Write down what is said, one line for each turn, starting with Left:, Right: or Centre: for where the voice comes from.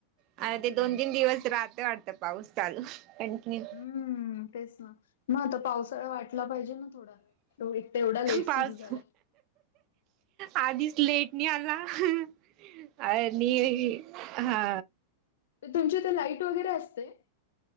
Right: अ
Left: काय
Right: ते
Left: करायचं
Right: दोन तीन दिवस
Left: बाबा
Right: राहतो वाटतं पाऊस चालू आणखीन,
Left: हम्म तेच ना मग आता पावसाळा वाटला पाहिजे ना. थोडा तो एकत एवढा लेट सुरू
Right: पाऊस
Left: झाला
Right: आधीच लेट नाही आला अंं अं आ मी हा हा
Left: तर तुमची ते लाईट वगैरे असते?